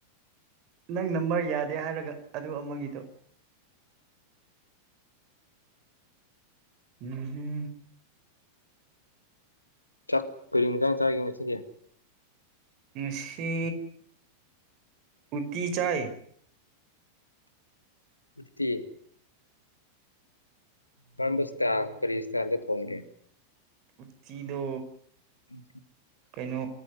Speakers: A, on the right; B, on the left.
A: ꯅꯪ ꯅꯝꯕꯥꯏ ꯌꯥꯗꯦ ꯍꯥꯏꯔꯒ ꯑꯗꯨ ꯑꯃꯒꯤꯗꯣ ꯎꯝ ꯎꯝ
B: ꯊꯥꯛ ꯀꯔꯤ ꯅꯨꯡꯖꯥꯡ ꯆꯥꯒꯦ ꯉꯁꯤꯗꯤ
A: ꯑ ꯁꯤ ꯎꯇꯤ ꯆꯥꯏ
B: ꯠꯇ ꯐꯔꯕꯨꯁꯇꯥ ꯄꯔꯤꯁꯇꯂ ꯍꯣꯡꯒꯦ
A: ꯀꯆꯤꯗ
B: ꯎ
A: ꯀꯩꯅꯣ